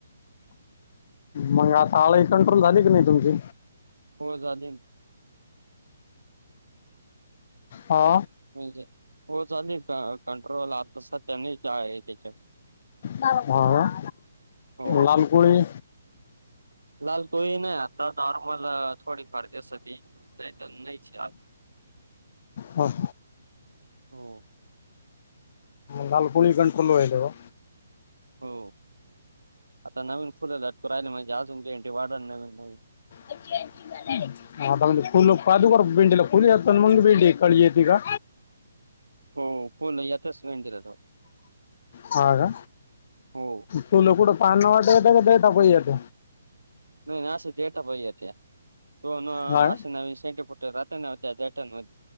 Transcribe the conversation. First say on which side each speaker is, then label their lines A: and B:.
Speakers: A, on the left (about 40°); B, on the right (about 75°).
A: मग आता आळाई कंट्रोल झाली की नाही तुमची?
B: हो झाले.
A: हा.
B: म्हणजे हो चालेली कंट्रोलला आ तस त्यांनी का आहे त्याच्या
A: हा.
B: हो.
A: लाल कोळी
B: लाल तोळी नाही आता नॉर्मल थोडी फडतेस त नाही तर नाहीच आ.
A: ह.
B: हो
A: लाल कोुळी गणटलो आहेलेो.
B: हो आता नवीन फुलेलाू राहिले म्हणजे आजमच्या इंटी वाढ नवीन नवीन
A: झा. आता म्हणजे फुल पादू कर भिंडीला फुल यात मग भिंडी कळी येते का?
B: हो पोल यातच वेंटला
A: हा का
B: हो
A: तु ल कुडं पान नं वाटेत का देताा प येत.
B: नाही नाही आ झेडता पैया तो
A: हा
B: आश ना सेट फुट रा ना. ट म